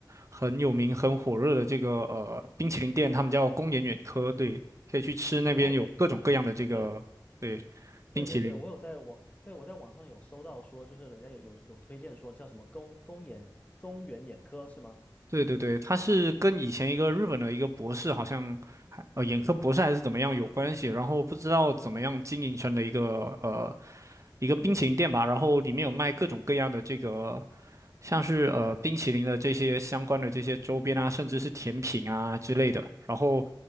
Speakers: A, on the right; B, on the left.
A: 很有名很火热的这个呃冰淇淋店，他们叫宫岩远科，对，可以去吃那边有各种各样的这个对
B: 哦。对，对对对，
A: 冰淇淋。
B: 我有在网，对，我在网上有搜到说，就是人家有有有推荐说叫什么公公眼公园眼科是吗？
A: 对对对，他是跟以前一个日本的一个博士，好像还呃眼科博士还是怎么样有关系，然后不知道怎么样经营成了一个呃一个冰淇淋店吧，然后里面有卖各种各样的这个像是呃冰淇淋的这些相关的这些周边啊，甚至是甜品啊之类的，然后